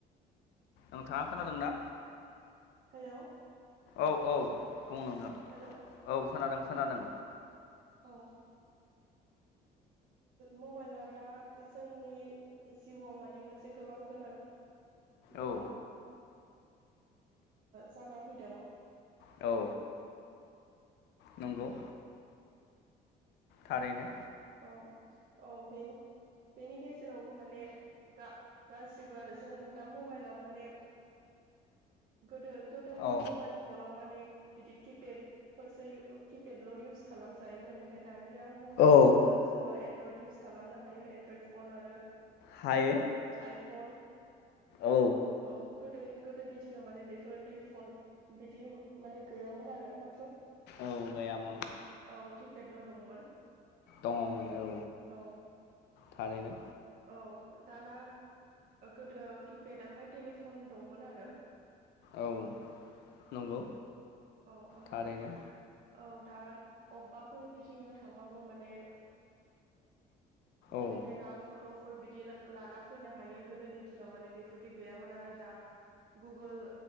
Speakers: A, on the left; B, on the right.
A: आं थाङा खोनादोंना?
B: हेल'
A: औ औ बुंदोंथां
B: हेलौ
A: औ खोनादों खोनादों।
B: औ। मबाइला दा जोंनि जिउआव माने मोनसे गोबां गोनां।
A: औ
B: गोनां जाना फैदों।
A: औ नंगौ। थारैनो।
B: औ औ बेनि बेनि गेजेरावबो माने गा-गाज्रिबो आरो जों दा मबाइलाव माने गोदो गोदोनि
A: औ
B: मबाइल फनाव माने बिदि किपेडफोरसो किपेडल' इउस खालामजायोमोन ओमफ्राय दानिया मबाइल।
A: औ
B: फन जजों जोङो एनड्रइड इउस खालामनो हायो एनड्रइड फन आरो
A: हायो
B: आइ। फन
A: औ
B: औ गोदो गोदोनि दिनाव माने बेफोरनि फन बिदि माने गैयामोन आरो म
A: औ गैयामोन
B: औ किपटल' दंमोन
A: दङमोन औ
B: औ
A: थारैनो
B: औ दाना गोदो किपेड ओमफ्राय टेलिफन दंमोन आरो।
A: औ नंगौ
B: औ ओमफ्राय।
A: थारैनो
B: औ दा अबेबाफोर गिदिंनो थांबाबो माने। के
A: औ
B: मेर फट' फोर बिदि लाना फैनो हायो गोदोनि दिनाव माने बेफोरदि गैयामोन आरो दा गुगोल